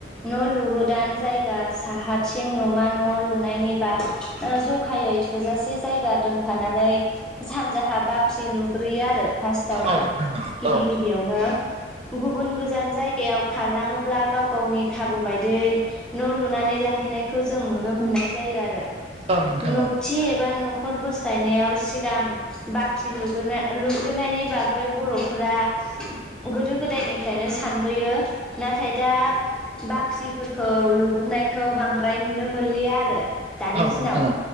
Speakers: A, in the centre; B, on the right (about 35°).
A: न' लुगोदान जायगा साहाथिं न'मा न' लुनायनिबा ओ ज'खायै थोजासे जायगा दोनफानानै सानजाहा बाख्रि लुग्रोयो आरो फार्स्टावनो
B: औ नोंथां औ
A: गिबि
B: औ
A: गिबियावनो गुबुन गोजान जायगायाव खारलाङोब्ला गाव गावनि खाबु बायदियै न' लुनानै लाहैनायखौ जों नुनो मोननाय जायो आरो।
B: औ नोंथां
A: न'
B: औ
A: थि एबा न'खर बोस्लायनायाव सिगां बाख्रि लुग्रोनायनि ब बागै बर'फोरा गोदो गोदायनिफ्रायनो सानबोयो। नाथाय दा बाख्रिफोरखौ लुग्रोनायखौ बांद्राय नुनो मोनलिया आरो दानि
B: औ
A: दिनाव।
B: नोंथां औ